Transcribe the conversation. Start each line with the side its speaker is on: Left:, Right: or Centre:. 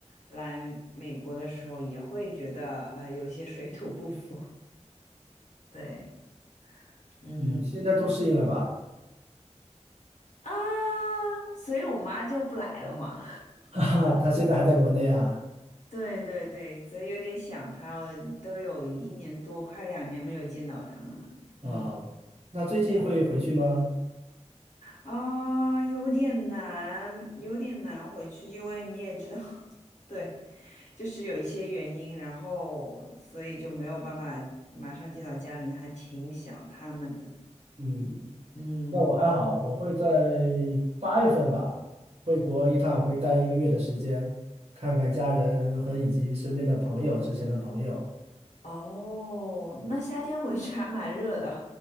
Left: 来美国的时候也会觉得呃有一些水土不服。对，嗯
Right: 嗯，现在都适应了吧？
Left: 啊，所以我妈就不来了嘛。
Right: <laughs> 哈哈，她现在还在国内啊，
Left: <laughs> 对对对，所以有点想她，我都有一年多，快两年没有见到他们了。
Right: 哦，
Left: 嗯
Right: 那最近会回去吗？
Left: 啊，有点难，有点难回去，因为你也知道，<laughs> 对。就是有一些原因，然后所以就没有办法马上见到家人，还挺想他们的。
Right: 嗯。
Left: 嗯，
Right: 那我还好，我会在八月份吧，回国一趟，会待一个月的时间，看看家人和以及身边的朋友，之前的朋友。
Left: 哦，那夏天回去还蛮热的。